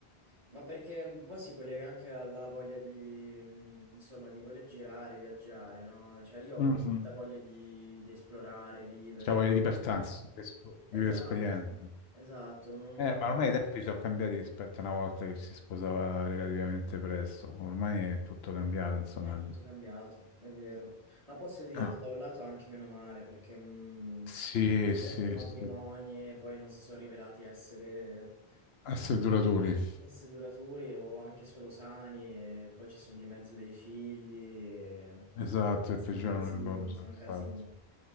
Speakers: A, on the right; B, on the left.
A: Ma perché un po' si collega anche alla voglia di, mh, insomma, di voler girare, viaggiare, no? Cioè io
B: sta.
A: ho molta voglia di, di esplorare, vivere.
B: Cioè, voglio libertà, insomma, di esp- di
A: Esatto,
B: vivere esperienze.
A: esatto. non-
B: Eh,
A: non-
B: ma ormai i tempi sono cambiati rispetto a una volta che si sposava relativamente presto. Ormai è tutto cambiato, insomma.
A: È tutto cambiato, è vero. Ma posso dirti
B: Ah,
A: da un lato anche meno male, perché mh,
B: Sì,
A: molti
B: sì,
A: matrimoni
B: sì.
A: poi non si sono rivelati essere,
B: Essere duraturi.
A: essere duraturi o anche solo sani, e poi ci sono di mezzo dei figli, e
B: Esatto, è
A: sono
B: il peggiore
A: casini,
B: errore che
A: sono
B: ho
A: casini.
B: fatto.